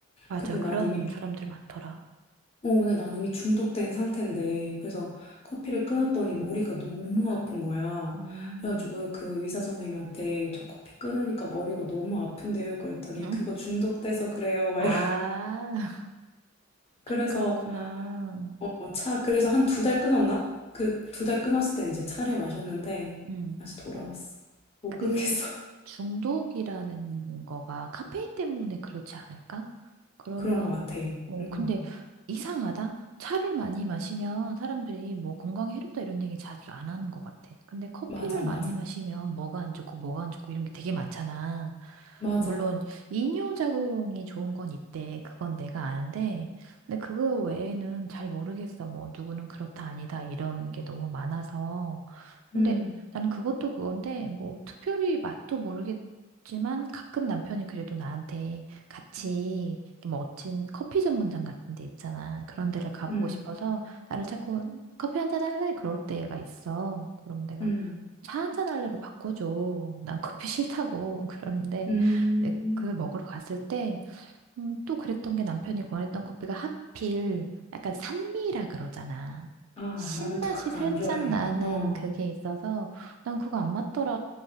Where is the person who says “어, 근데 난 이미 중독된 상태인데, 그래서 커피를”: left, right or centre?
Left